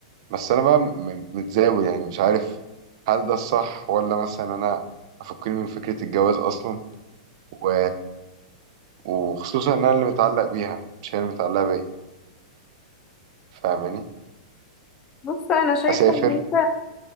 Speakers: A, on the right (about 55°); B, on the left (about 25°).
A: بس انا بقى م- متزاول يعني مش عارف هل ده الصح ولا مثلا انا افكني من فكرة الجواز اصلا و... وخصوصا ان انا اللي متعلق بيها مش هي اللي متعلقة بيا فاهماني
B: بص انا شايفه
A: اسافر
B: ان انت